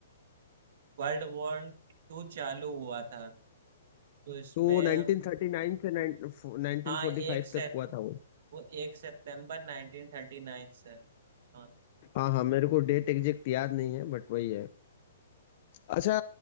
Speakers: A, on the right; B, on the left.
A: वर्ल्ड वॉर टू चालू हुआ था तो इसमें
B: तो 1939 से 1945
A: हाँ एक सेप
B: तक हुआ था वो
A: वो एक सितंबर 1939 से हाँ
B: हाँ हाँ मेरे को डेट एग्जैक्ट याद नहीं है बट वही है अच्छा